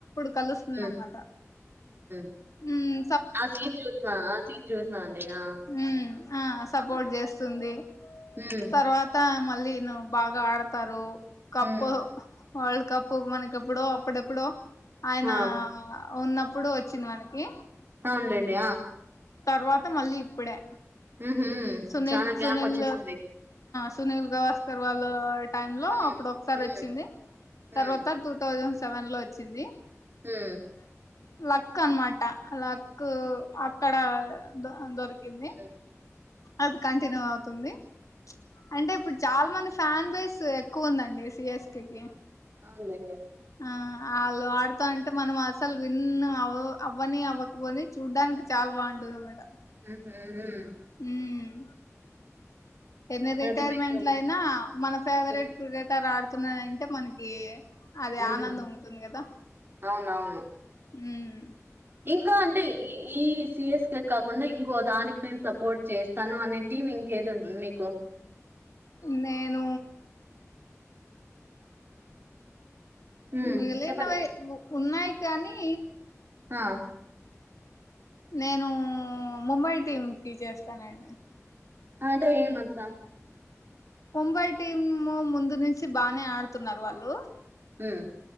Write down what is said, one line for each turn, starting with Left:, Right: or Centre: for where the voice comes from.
Left: కలుస్తుంద
Right: హ్మ్.
Left: అనమాట
Right: <inaudible>
Left: ఉమ్
Right: ఆ!
Left: హ్మ్మ్ ఆ సపోర్ట్
Right: అవును.
Left: చేస్తుంది
Right: హ్మ్.
Left: తర్వాత మళ్ళీను బాగా ఆడతారు కప్పు
Right: హ్మ్.
Left: వర్ల్డ్ కప్పు మనకిప్పుడు ఎప్పుడు ఎప్పుడ ఆయన
Right: ఆ!
Left: ఉన్నప్పుడు వచ్చింది మనకి
Right: అవునులేండి
Left: తర్వాత మళ్ళీ ఇప్పుడే
Right: హుహు. హ్మ్.
Left: సునీల్
Right: చాలా గ్యాప్
Left: సునీల్
Right: ఒచ్చేసింది.
Left: సునీల్ గవాస్కర్ వాళ్ళ టైమ్ లో
Right: హ్మ్.
Left: అప్పుడు ఒకసారి
Right: హ్మ్.
Left: వచ్చింది
Right: హ్మ్.
Left: తర్వాత టూ థౌజండ్ సెవెన్ లో వచ్చింది
Right: హ
Left: లక్క అన్మాట ఆ లక్కు అక్కడ దొ దొర్ కింది
Right: హ్మ్.
Left: అది కంటిన్యూ అవుతుంది
Right: హ్మ్.
Left: అంటే ఇప్పుడు చాలా మంది ఫ్యాన్ బేస్ ఎక్కువ ఉందండి సిఎస్కేకిి
Right: అవునులేండి
Left: ఆ ఆళ్ళు ఆడుతా అంటే మనం అసలు విన్న అవ్ అవ్వని అవ్వకపోని చూడ్డానికి చాల్ బాగుంటది అన్నమాట
Right: హు హుమ్
Left: హుమ్ ఎన్ని రిటైర్మెంట్లైన
Right: అదే మీకు
Left: అయినా మన ఫేవరెట్
Right: హ్మ్.
Left: క్రికెటర్ ఆడు వస్తున్నాడంటే మనకి అదే
Right: హ్మ్.
Left: ఆనందం ఉంటుంది కదా
Right: అవునవును.
Left: హుమ్
Right: ఇంకా అంటే ఇ ఈ సిఎస్ కే కాకుండా ఇన్ దానికి నేను సపోర్ట్ చేస్తాను అనే టీం ఇంకేది ఉంటది మీకు
Left: నేను
Right: హ్మ్.
Left: మిగిలినవి
Right: చెప్పండి.
Left: ఉన్నాయి కానీ
Right: ఆ!
Left: నేను ముంబై టీం కి చేస్తనండి
Right: అంటే ఏమ్ అట్లా
Left: ముంబై టీము ముందు నుంచి బానే ఆడుతున్నారు వాళ్ళు
Right: హుమ్